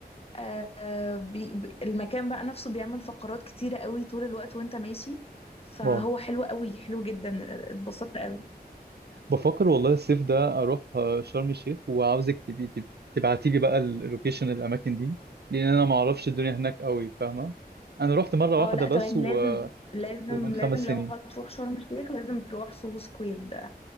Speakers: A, on the left (about 35°); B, on the right (about 75°).
A: آه آه، بي بي- المكان بقى نفسه بيعمل فقرات كتيرة قوي طول الوقت وانت ماشي فهو
B: واو
A: حلو قوي حلو جدا اتبسطت قوي
B: بفكر والله الصيف ده أروح آه، شرم الشيخ وعاوزك تبقي تب- تبعتي لي بقى اللوكيشن الأماكن دي لأن أنا ما أعرفش الدنيا هناك قوي فاهمة أنا رحت مرة
A: اه
B: واحدة
A: لا
B: بس
A: تمام
B: و...
A: لازم لازم
B: ومن خمس
A: لازم
B: سنين
A: لو هتروح شرم الشيخ لازم تروح سوهو سكوير ده